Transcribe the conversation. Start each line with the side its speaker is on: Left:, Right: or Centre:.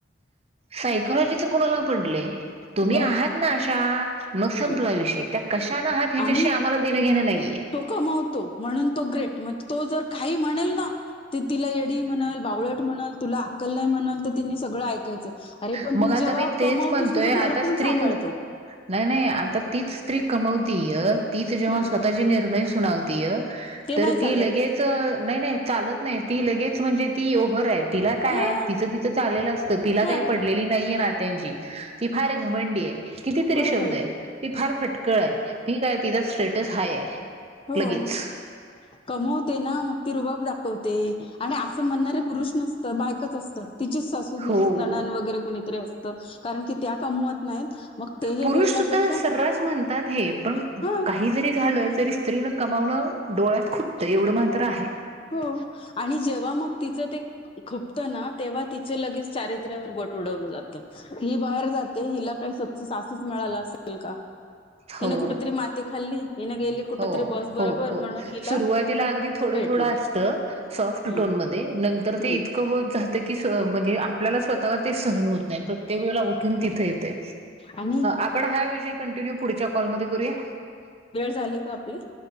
Right: सायकलॉजीच कुणाला पडले तुम्ही
Left: मग
Right: आहात ना अशा मग
Left: हम्म
Right: संपलाविषयी त्या कशाला
Left: हं.
Right: आहात ह्याच्यावियी
Left: आणि
Right: आम्हाला देणं घेणं नाहीये
Left: तो कमावतो म्हणून तो ग्रेट मग तो जर काही म्हणेल ना ते तिला एडी म्ह बावळट म्हणल तुला अक्कल नाही म्हणल तर तिनी सगळं ऐकायचं अरे पण
Right: मग
Left: तू
Right: आता
Left: जेव्हा
Right: मी तेच
Left: कमवतोस
Right: म्हणतोय
Left: तुझं
Right: आता
Left: घर कोण
Right: स्त्री
Left: सांभाळतं
Right: नाही नाही आता तीच स्त्री कमवतीय तीच जेव्हा
Left: हं.
Right: स्वतःची निर्णय सुनावतीय
Left: ते
Right: तर
Left: नाही चालत.
Right: ती लगेच नाही नाही चालत नाही ती लगेच म्हणजे ती यओहर आहेत तिला काय
Left: हां,
Right: तिचं तिचं चाललेलं असतं तिला
Left: हां.
Right: काही पडलेली नाहीये नात्यांची ती फार घमंडी आहे कितीतरी
Left: बरोबर
Right: शब्द
Left: आहे.
Right: आहेत. ती फार फटकळ आहे ती काय तिचा स्टेटस हाय आहे.
Left: हो
Right: लगेच
Left: कमवते ना मग ती रुबाब दाखवते आणि असं म्हणणारे पुरुष नसतं बायकच असतात. तिचीच सासू
Right: हो
Left: तिचेच ननंद वगैरे कुणीतरी असते कारण की त्या कमवत नाहीत. मग ते
Right: पुरुष
Left: हे बोलण्यापेक्षा
Right: सुद्धा सर्रास म्हणतात हे पण
Left: हां.
Right: काही जरी झालं तरी स्त्रीनं कमावणं डोळ्यात खुटतं एवढं मात्र आहे.
Left: हो आणि जेव्हा मग तिचं ते खुपतं ना तेव्हा तिचे लगेच चारित्र्यावर बट उडवलं जातं ही बाहेर जाते हिला काही सक्सेस असच मिळाल असेल का
Right: हो
Left: हिन कुठतरी माती खाल्ली हीन गेली कुठेतरी
Right: हो
Left: बॉस बरोबर
Right: हो हो
Left: म्हणून हिला
Right: सुरुवातीला अगदी थोडं
Left: भेटलं
Right: थोडं असत सॉफ्ट
Left: हम्म
Right: टोन मध्ये नंतर
Left: हम्म
Right: ते इतकं होत जाते. म्हणजे आपल्याला स्वतःला ते सहन होत नाही प्रत्येक वेळेला तिथे येतय
Left: आणि
Right: आपण हा विषय कंटिन्यू पुढच्या कॉलमध्ये करूया
Left: झाले का आपले